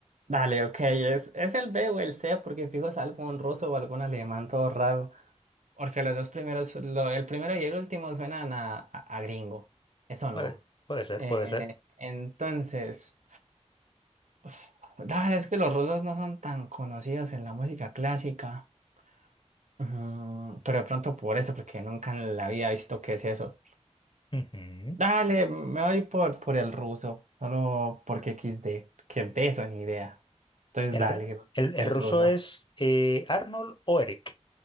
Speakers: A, on the right (about 90°); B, on the left (about 40°).
A: Dale, ok, es, es el B o el C, porque fijo es algún ruso o algún alemán todo raro. Porque los dos primeros, lo- el primero y el último suenan a, a, a gringo. Eso
B: Puede,
A: no.
B: puede ser,
A: Eh,
B: puede ser.
A: entonces, uf, dale, es que los rusos no son tan conocidos en la música clásica. Ujú, Pero de pronto por eso, porque nunca en la vida he visto qué es eso.
B: Ujú.
A: Dale, me voy por, por el ruso, solo porque XD, que de eso ni idea. Entonces
B: El,
A: dale,
B: r- el- el
A: el
B: ruso
A: ruso.
B: es eh, Arnold o Eric.